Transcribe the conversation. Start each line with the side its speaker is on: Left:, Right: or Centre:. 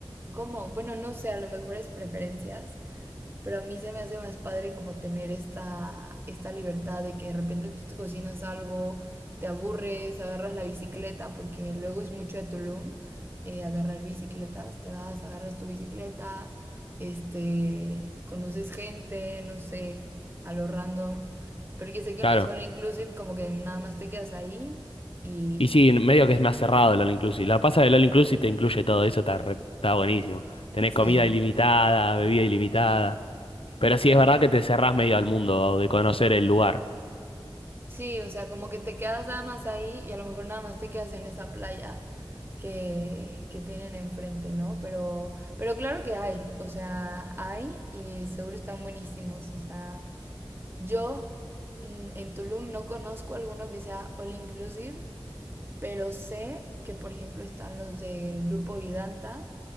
Right: como, bueno, no sé, a lo mejor es preferencias Pero a mí se me hace más padre como tener esta, esta libertad de que de repente tú te cocinas algo, te aburres, agarras la bicicleta, porque luego es mucho de Tulum eh, agarrar bicicletas, te vas, agarras tu bicicleta, este, conoces gente, no sé, a lo random, porque sé que
Left: claro.
Right: en los All Inclusive como que nada más te quedas ahí y
Left: Y sí, en medio que es más cerrado el all inclusive. La pasa del all inclusive te incluye todo eso, está, re- está buenísimo. Tenés
Right: sí,
Left: comida ilimitada, bebida ilimitada. Pero
Right: <laughs>
Left: sí
Right: sí,
Left: es verdad que te cerrás medio al mundo de conocer el lugar.
Right: Sí, o sea, como que te quedas nada más ahí y a lo mejor nada más te quedas en esa playa que, que tienen enfrente, ¿no? Pero, pero claro que hay, o sea, hay y seguro están buenísimos, o sea, yo mm, en Tulum no conozco alguno que sea all inclusive, pero sé que por ejemplo están los del grupo Vidanta,